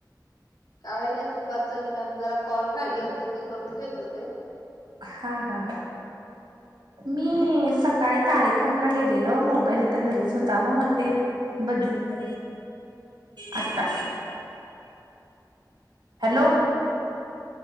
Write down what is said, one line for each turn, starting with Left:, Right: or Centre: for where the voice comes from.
Left: काय नाही. दुपारच निवांत जरा कॉल राहिले होते, ते करून घेत होते.
Right: हा.. हा. मी सकाळी कार्यक्रमला गेलेलो, मोबाईल इथ घरीच होता हो मग ते बघितलं, आता. हॅलो.
Left: हा.